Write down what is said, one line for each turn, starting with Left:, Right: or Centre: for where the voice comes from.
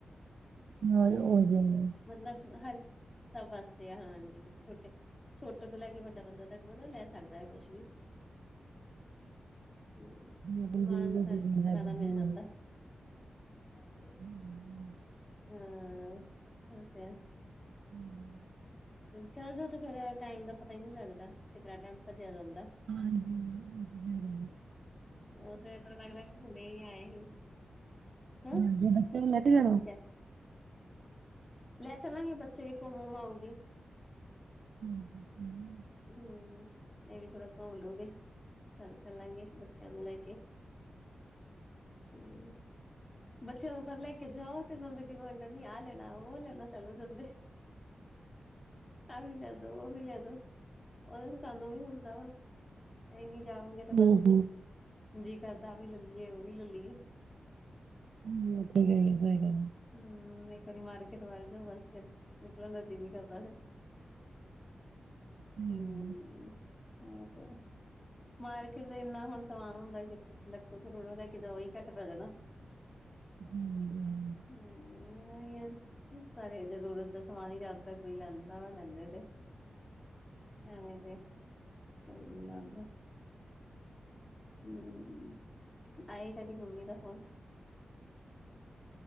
Right: ਹੋ
Left: ਹਾਂਜੀ
Right: ਉਹੀਦੇ
Left: ਮਤਲਬ ਹਰ ਸਭ ਵਾਸਤੇ ਤੇ ਹਾਂਜੀ। ਛੋਟੇ -ਛੋਟੇ ਤੋਂ ਲੈ ਕੇ ਵੱਡਾ ਬੰਦਾ ਤੱਕ ਮਤਲਬ ਲੈ ਸਕਦਾ ਹੈ ਕੁਛ ਵੀ। ਹ
Right: ਆਪਣੀ
Left: ਸਮਾਨ
Right: ਜ਼ਿੰਦਗੀ
Left: ਸਰ ਇੱਕ
Right: ਜੀਣਾ
Left: ਤਰ
Right: ਤੇ
Left: ਦਾ ਮਿਲ
Right: ਜੋ।
Left: ਜਾਂਦਾ। ਹਮ।
Right: ਹਮ
Left: ਹਮ। ਅ ਤੇ
Right: ਹਮ।
Left: ਚੱਲ ਜ ਤੇ ਫੇਰ ਟਾਈਮ ਦਾ ਪਤਾ ਹੀ ਨਹੀਂ ਲੱਗਦਾ ਕਿਤਾਂ ਟਾਈਮ ਭੱਜਿਆ ਜਾਂਦਾ।
Right: ਹਾਂਜੀ। ਗ
Left: ਉਹ ਤੇ ਤ ਲੱਗਦਾ ਕਿ ਹੁਣੇ ਹੀ ਆਏ ਸੀ। ਹਾਂ
Right: ਹਾਂਜੀ ਬੱਚਿਆਂ ਨੂੰ ਲੈ ਕੇ ਜਾਣਾ
Left: ਠੀਕ ਹੈ। ਲੈ ਚੱਲਾਂਗੇ ਬੱਚੇ ਵੀ ਕੋਮੋਮਾਓਗੇ।
Right: ਹਮ- ਹ- ਹਮ।
Left: ਹਮ, ਇਹ ਵੀ ਥੋੜਾ ਘੰਮਲੂਗੇ ਚ' ਚੱਲਾਂਗੇ। ਬੱਚਿਆਂ ਨੂੰ ਲੈ ਕੇ। ਹਮ, ਬੱਚਿਆਂ ਨੂੰ ਫ ਲੈ ਕੇ। ਜਾਾਓ ਤਨਦੇ ਡਿਮਾਂਡ ਨੀ ਆਹ ਲੈਣਾ ਉਹ ਲੈਣਾ ਚਲੋ ਜਾਂਦੇ ਆ ਵੀ ਲੈ ਦੋ ਉਹ ਵੀ ਲਿਆ ਦੋ ਉਹਦੇ ਤੇ ਸਾਨੂੰ ਵੀ ਹੁੰਦਾ ਵਾ ਅਸੀਂ ਵੀ ਜਾਊਗੇ ਤੇ ਬਸ
Right: ਹੂੰ ਹੂੰ
Left: ਜੀ ਕਰਦਾ ਵੀ ਲੈ ਲਈਏ ਉਹ ਵੀ ਲੈ ਲਈਏ
Right: ਹਮਥ ਗ ਸ ਗੱਲ
Left: ਹਮ ਇੱਕ ਵਾਰੀ ਮਾਰਕੀਟ ਵੜ ਜਾਓ ਬਸ ਫਿਰ ਨਿਕਲਣ ਦਾ ਜੀ ਨੀ ਕਰਦਾ ਫੇਰ
Right: ਹਾਂਜੀ
Left: ਹਮ ਉਹ ਤੇ ਮਾਰਕੀਟ ਦਾ ਇੰਨਾ ਹੁਣ ਸਮਾਨ ਹੁੰਦਾ ਕਿ ਲੱਖੋ- ਕਰੋੜੋ ਲੈ ਕੇ ਜਾਓ ਹੀ ਘੱਟ ਪੈ ਜਾਣਾ।
Right: ਹਾਂਜੀ,
Left: ਹਮ। ਹੀ ਸਾਰੇ ਜ਼ਰੂਰਤ ਦਾ ਸਮਾਨ ਹੀ ਜਦ ਤ ਕੋਈ ਲੈਂਦਾ ਵਾ ਲੈਂਦੇ ਤੇ। ਐਵੇਂ ਤੇ ਕੋਈ ਨੀ ਆਦਾ। ਹਮ ਆਏ ਤੁਹਾਡੀ ਮੰਮੀ ਦਾ ਫੋਨ